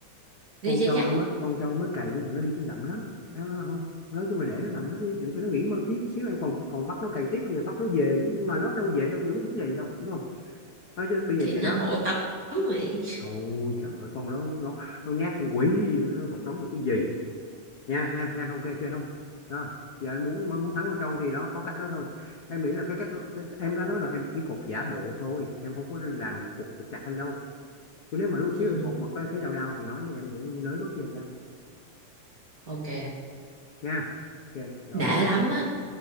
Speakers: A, on the right (about 30°); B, on the left (about 55°).
A: đi
B: con
A: cho
B: trâu
A: chắc
B: nó mới con trâu nó mới cày với lại nó đi chậm chậm lắm nó, nó không nói chung là để nó nằm nó đi, để cho nó nghỉ mơ tí xíu em còn còn bắt nó cày tiếp gì bắt nó về nữa mà nó đâu về đâu giải quyết vấn đề đâu đúng không nói chứ bây giờ
A: thì
B: về
A: nó
B: đó
A: hộ tống mày
B: thôi trời ơi, con nó nó nó nhát như quỷ vậy, nó hộ tống được cái gì nha nha nha ok chơi không đó giờ anh muốn muốn thắng con trâu thì đó có cách đó thôi em nghĩ là cái cách đó, em đã nói rồi em chỉ cột giả bộ thôi em không có làm cột cột chặt anh đâu chứ nếu mà lúc xíu
A: ừ
B: em cột mà có thấy đau đau thì nói với em để em nới bớt dây ra
A: ok
B: nha ok rồi
A: đã lắm á